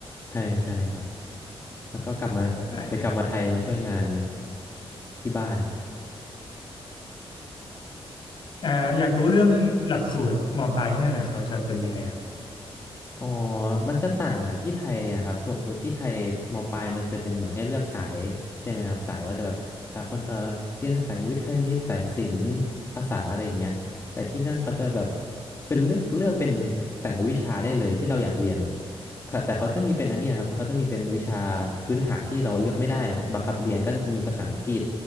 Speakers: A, on the left (about 25°); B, on the left (about 50°).
A: ใช่ใช่ครับแล้วก็กลับมาไปกลับมาไทยมาช่วยงาน
B: <laughs>
A: ที่บ้าน
B: เอ่ออยากรู้เรื่องหลักสูตรมปลายที่นั่นเนี่ยเขาจะเป็นยังไงครับ
A: อ๋อมันจะต่างกับที่ไทยนะครับสมมติที่ไทยมปลายมันจะเป็นเหมือนให้เลือกสายใช่ไหมครับสายว่าจะแบบสายคนเออเรียนสายวิทย์คณิตสายศิลป์ภาษาอะไรอย่างเงี้ยแต่ที่นั่นเขาจะแบบเป็นเลือกเลือกเป็นแต่ละวิชาได้เลยที่เราอยากเรียนแต่แต่เขาจะมีเป็นอันนี้นะครับเขาจะมีเป็นวิชาพื้นฐานที่เราเลือกไม่ได้บังคับเรียนก็จะมีภาษาอังกฤษ